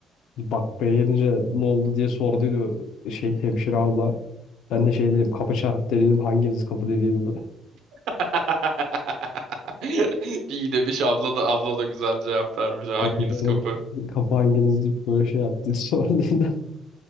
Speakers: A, on the left; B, on the right.
A: Bakmaya gelince ne oldu diye sorduydu şey hemşire abla. Ben de şey dedim kapı çarptı dedim. Hanginiz kapı dediydi. <laughs>
B: <laughs> İyi demiş abla da abla da güzel cevap vermiş. Hanginiz
A: Evet, evet.
B: kapı?
A: Kapı hanginiz deyip böyle şey yaptı. <laughs> Sorduydu.